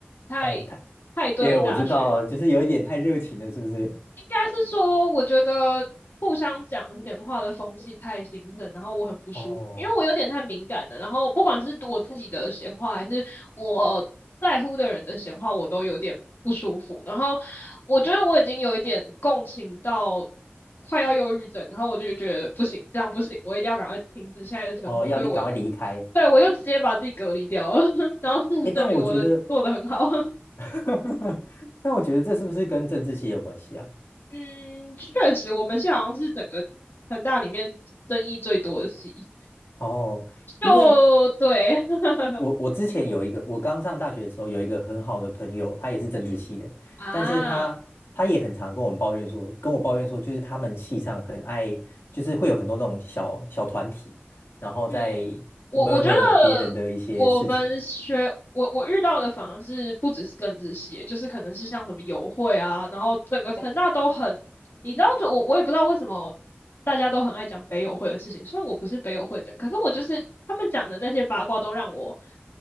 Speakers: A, on the left; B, on the left.
A: 太太对大学，
B: 哦，太，因为我知道，就是有一点太热情了，是不是？
A: 应该是说，我觉得互相讲闲话的风气太兴盛，然后我很不舒服，
B: 哦
A: 因为我有点太敏感了。然后不管是我自己的闲话，还是我在乎的人的闲话，我都有点不舒服。然后我觉得我已经有一点共情到快要忧郁症，然后我就觉得不行，这样不行，我一定要赶快停止现在的生活。
B: 哦，要你赶快离开。
A: 所以我对我就直接把自己隔离掉了，<laughs> 然后事实证明我的做的很好。
B: 诶，但我觉得，
A: <laughs>
B: <laughs> 但我觉得这是不是跟政治系有关系啊？
A: 嗯，确实，我们系好像是整个成大里面争议最多的系，
B: 哦，
A: 就对，
B: 因为
A: <laughs>
B: 我我之前有一个，我刚上大学的时候有一个很好的朋友，他也是政治系的，
A: 嗯啊，
B: 但是他他也很常跟我们抱怨说，跟我抱怨说，就是他们系上很爱，就是会有很多那种小小团体，然后在
A: 嗯。我我觉得
B: murmur 别人的一些事情，
A: 我们学我我遇到的反而是不只是政治系，就是可能是像什么友会啊，然后整个成大都很，你知道，就我我也不知道为什么大家都很爱讲北友会的事情，虽然我不是北友会的人，可是我就是他们讲的那些八卦都让我